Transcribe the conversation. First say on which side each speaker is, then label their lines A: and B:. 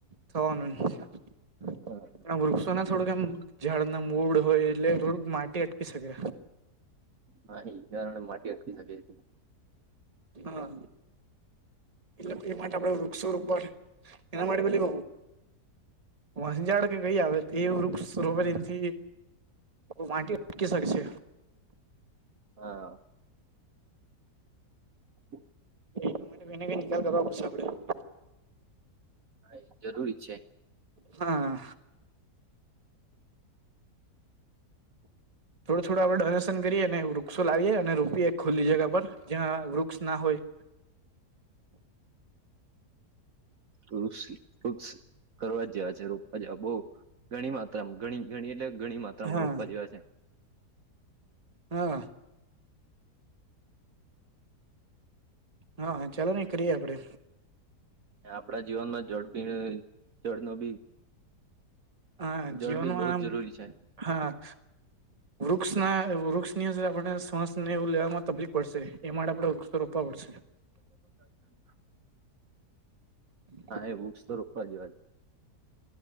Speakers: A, on the right (about 25°); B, on the right (about 55°).
A: થવાનું પણ
B: હા
A: આ વૃક્ષોને થોડું કેમ ઝાડના મૂળ હોય એટલે રોગ માટી અટકી શકે.
B: હા ઈ કારણ માટી અખી શકે છે.
A: હા. એટલે એ માટે આપડે વૃક્ષોરોપણ એના માટે પેલી. વનઝાડ કે કઈ આવે તો એ વૃક્ષરોપણ છે. <unintelligible> <unintelligible> છે.
B: હા. <unintelligible>
A: એના માટે કોઈક ને નિકાલ કરવા પડશે આપણે.
B: હા એ જરૂરી છે.
A: હા. થોડું થોડું આપણે ડોનેશન કરીએ અને વૃક્ષો લાવીએ અને રોપ એ ખુલ્લી જગ્યા પર જ્યાં વૃક્ષ ના હોય.
B: વૃક્ષ વૃક્ષ કરવા જેવા છે. રોપવા જેવા બહુ ઘણી માત્ર ઘણી ઘણી એટલે ઘણી માત્રામાં
A: હા
B: રોપવા જેવા છે.
A: હા. હા ચાલો ની કરી આપડે.
B: આપણા જીવનમાં જડપી જળ નો
A: હા
B: જળ
A: જીવનમાં
B: ની બહુ જ જરૂરી છે.
A: હા. વૃક્ષને વૃક્ષની અંદર આપણે શ્વાસને એવું લેવામાં તકલીફ પડશે એ માટે આપડે વૃક્ષો રોપવા પડશે.
B: <inaudible>
A: હમ <unintelligible>
B: હા એ વૃક્ષો તો રોપવા જોઈએ.